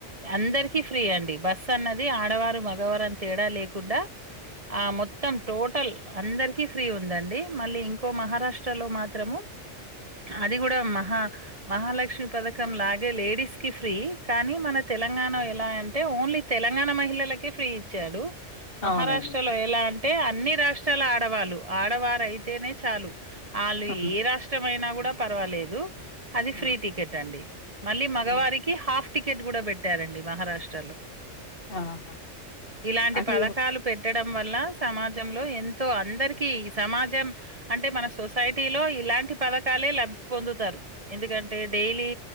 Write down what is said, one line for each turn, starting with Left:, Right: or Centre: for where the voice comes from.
Right: అందరికి ఫ్రీ అండి. బస్ అన్నది ఆడవారు మ.. గవరన్ తేడా లేకుండా ఆ మొత్తం టోటల్ అందరికి ఫ్రీ ఉందండి మళ్ళీ ఇంకో మహారాష్ట్ర లో మాత్రము అది గూడా మహా మహాలక్ష్మి పథకం లాగే లేడీస్ కి ఫ్రీ కానీ మన తెలంగాణ ఎలా అంటే ఓన్లీ తెలంగాణ మహిళల. Key free. చ్చాడు, మహారాష్ట్రలో
Left: అవునండి
Right: ఎలాన్. టే అన్ని రాష్ట్రాల ఆడవాళ్ళు, ఆడవారయితేనే చాలు. ఆళ్ళు
Left: ఉమ్
Right: ఏ రాష్ట్రం అయినా గూడా. పర్వాలేదు. అది ఫ్రీ
Left: ఉమ్
Right: టికెట్ అండి. మళ్ళీ మగవారికి
Left: ఉమ్
Right: హాఫ్. టికెట్ గూడా బెట్టారండి మహారాష్ట్ర లో.
Left: ఆహా
Right: ఇలాంటి
Left: అంటే
Right: పథకాలు పెట్టడం. వల్ల సమాజంలో ఎంతో, అందరికి సమాజం అంటే మన సొసైటీ లో ఇలాంటి పథకాలే ల <inaudible> పొందుతారు. ఎందుకంటే, డెలీ